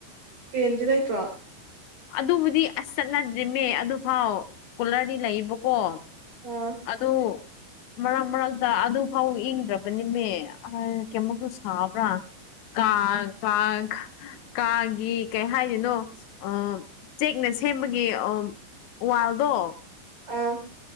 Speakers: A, on the right; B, on the left.
A: ꯄꯦꯟꯗꯤ ꯂꯩꯇ꯭ꯔꯣ
B: ꯑꯗꯨꯕꯨꯗꯤ ꯑꯁ ꯆꯠꯅꯗ꯭ꯔꯤꯃꯦ ꯑꯗꯨꯐꯥꯎ ꯀꯨꯂꯔꯗꯤ ꯂꯩꯌꯦꯕꯀꯣ
A: ꯑꯥ
B: ꯑꯗꯨ ꯃꯔꯛ ꯃꯔꯛꯇ ꯑꯗꯨꯐꯥꯎ ꯏꯪꯗ꯭ꯔꯕꯅꯤꯃꯦ ꯀꯩꯃꯛꯇ ꯁꯥꯕ꯭ꯔꯥ ꯀꯥ ꯀꯥ ꯀꯥꯒꯤ ꯀꯩ ꯍꯥꯏꯗꯅꯣ ꯑ ꯆꯦꯛꯅ ꯁꯦꯝꯕꯒꯤ ꯑ ꯋꯥꯜꯗꯣ
A: ꯑꯥ